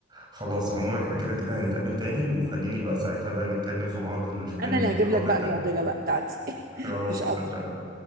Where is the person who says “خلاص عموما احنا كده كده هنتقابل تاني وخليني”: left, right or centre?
Right